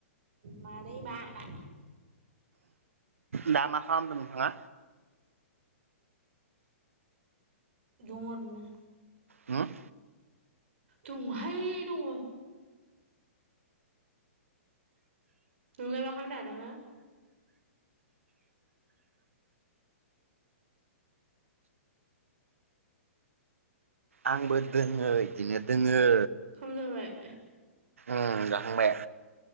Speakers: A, on the right; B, on the right.
A: मालै मा मा
B: दा मा खालामदों नोंथाङा
A: दङ ओरैनो
B: होम
A: दङ' हाय दङ। नोंलाय मा खामदो नोङो।
B: आंबो दोङो इदिनो दोङो।
A: खाम जाबाय।
B: ओ जाखांबाय